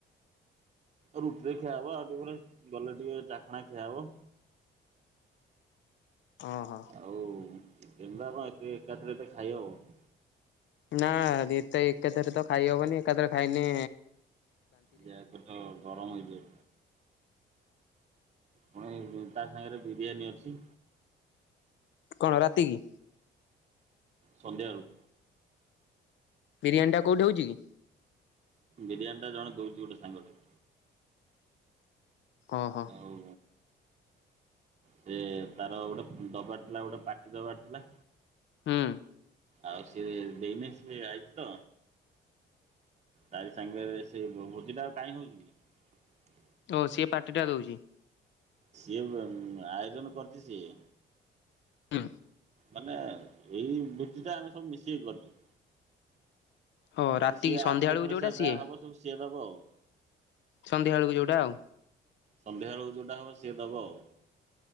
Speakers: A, on the right; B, on the left.
A: ରୁଟିରେ ଖିଆ ହବ ଆଉ ଟିକେ ପରେ ଗଲେ ଟିକେ ଚାଖଣା ଖିଆହବ।
B: ଓହୋ
A: ଆଉ। <unintelligible>
B: ନା ଏ ତ ଏକାଥରେ ତ ଖାଇହବନି ଏକାଥରେ ଖାଇନି।
A: ଯେ ପେଟ ଗରମ ହେଇଯିବ। ପୁଣି ତା ସାଙ୍ଗରେ ବିରିୟାନୀ ଅଛି।
B: କଣ ରାତି କି।
A: ସନ୍ଧା ଓଳୁକୁ।
B: ବିରିୟାନୀ ଟା କୋଉଠି ହୋଉଛି କି।
A: ବିରିୟାନୀ ଟା ଜଣେ ଦୋଉଛି ଗୋଟେ ସାଙ୍ଗଟେ।
B: ଓହୋ।
A: ଆଉ। ସେ ତାର ଗୋଟେ ଦବାର ଥିଲା ଗୋଟେ ପାଟି ଦବାର ଥିଲା।
B: ହୁଁ
A: ଆଉ ସିଏ ଦେଇନି ସିଏ ଆଇଛି ତ ତାରି ସାଙ୍ଗରେ ସେ ଭୋଜି ଟା ଆଉ କାହିଁକି ହୋଉଛି କି?
B: ଓ ସିଏ ପାାର୍ଟି ଟା ଦଉଛି।
A: ସିଏ ଆୟୋଜନ କରିଛି‌ ସିଏ।
B: ହୁଁ
A: ମାନେ ଏଇ ବୁଦ୍ଧି ଟା ଆମେ ସବୁ ମିଶି କରିଛୁ।
B: ଓ ରାତିକି
A: କି ସିଏ
B: ସନ୍ଧ୍ୟା
A: ଆପ
B: ବେଳକୁ
A: ପରେ
B: ଯୋଉଟା
A: ସ
B: ସିଏ।
A: ଯାହା ହବ ସବୁ ସିଏ ଦବ ଆଉ।
B: ସନ୍ଧ୍ୟା ବେଳକୁ ଯୋଉଟା ଆଉ
A: ସନ୍ଧ୍ୟାବେେଳକୁ ଯୋଉଟା ହବ ସିଏ ଦବ ଆଉ।